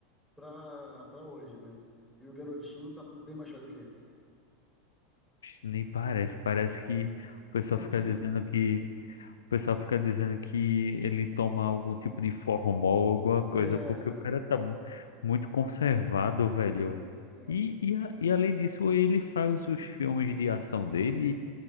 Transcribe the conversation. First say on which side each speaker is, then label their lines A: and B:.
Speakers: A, in the centre; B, on the left.
A: pra, pra hoje, né? E o garotinho tá bem mais velho que ele.
B: nem parece. Parece que o
A: Esse
B: pessoal
A: é um vampiro,
B: fica dizendo
A: né?
B: que. O pessoal fica dizendo que ele toma algum tipo de formol, alguma coisa,
A: É,
B: porque o cara tá mu- muito conservado, velho.
A: é.
B: E, e, a- e além disso, ele faz os filmes de ação dele.